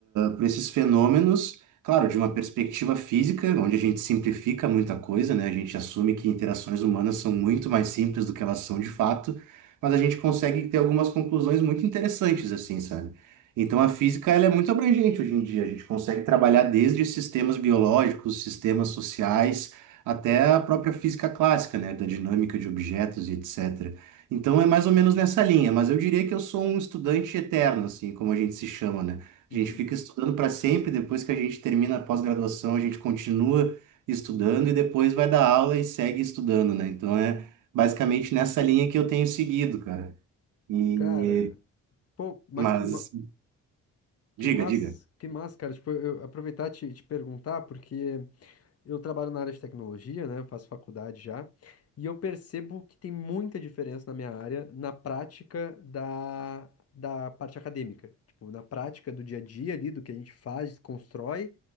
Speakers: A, on the right; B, on the left.
A: para esses fenômenos, claro, de uma perspectiva física, onde a gente simplifica muita coisa, né? A gente assume
B: uhum,
A: que interações humanas são muito mais simples do que elas são de fato, mas a gente consegue ter algumas conclusões muito interessantes, assim, sabe? Então a física ela é muito abrangente hoje em dia. A gente consegue trabalhar desde sistemas biológicos, sistemas sociais, até a própria física clássica, né? Da dinâmica de objetos e etc. Então é mais
B: uhum.
A: ou menos nessa linha, mas eu diria que eu sou um estudante eterno, assim, como a gente se chama, né?
B: uhum.
A: A gente fica estudando para sempre, depois que a gente termina a pós-graduação, a gente continua estudando e depois vai dar aula e segue estudando, né? Então é basicamente nessa linha que eu tenho seguido, cara. E
B: Cara, pô, mas
A: mas
B: que, ma- que
A: diga,
B: massa,
A: diga.
B: que massa, cara. Tipo, eu aproveitar e te, te perguntar, porque. eu trabalho na área de tecnologia, né? Eu faço faculdade já, e eu percebo que tem muita diferença na minha área, na prática da, da parte acadêmica. Tipo, na prática do dia a dia ali, do que a gente faz, constrói,